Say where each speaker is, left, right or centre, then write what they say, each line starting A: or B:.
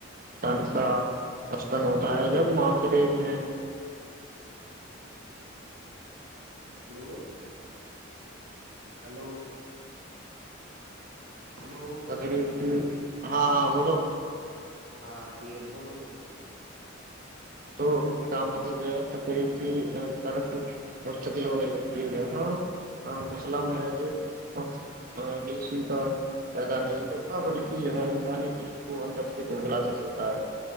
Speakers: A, on the right (about 45°); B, on the right (about 80°).
A: ن کا آتن ہوتا ہے جب ماسرے میں
B: ہلو ہلو ہلو
A: ری ہاں ہاں بولو
B: ہاں ٹھیک ہے بولو بولو بولو
A: تو ان کے کاموں کو غ تقریب کی طرف مستقل ہونے لگتی ہو ہےا ہاں مسئلہ میں کہ ہاں بیشی کا پیدا نہیں کرتا بلکہ یہ انسانی وز کو اندر سے گھوکھلا کر دیتا ہے